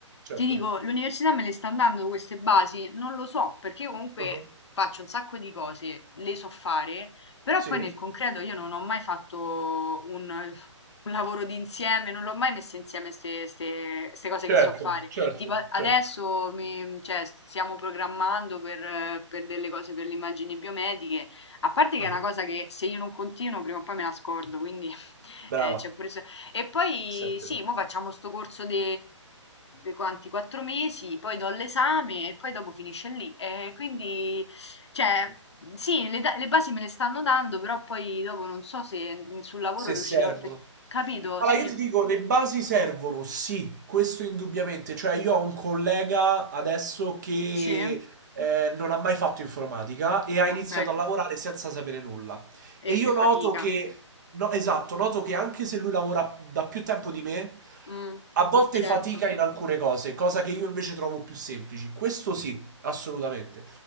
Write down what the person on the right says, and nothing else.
Certo.
Ah.
Sì?
Certo,
certo,
certo.
Ah.
Brava,
è sempre
così.
se
servono.
Allora,
io ti dico, le basi servono, sì, questo indubbiamente. Cioè, io ho un collega adesso che
eh, non ha mai fatto informatica e ha
iniziato a lavorare senza sapere nulla. E
io
noto
che, no, esatto, noto che anche se lui lavora da più tempo di me,
a volte
fatica in alcune cose, cosa che io invece trovo più semplici. Questo sì, assolutamente.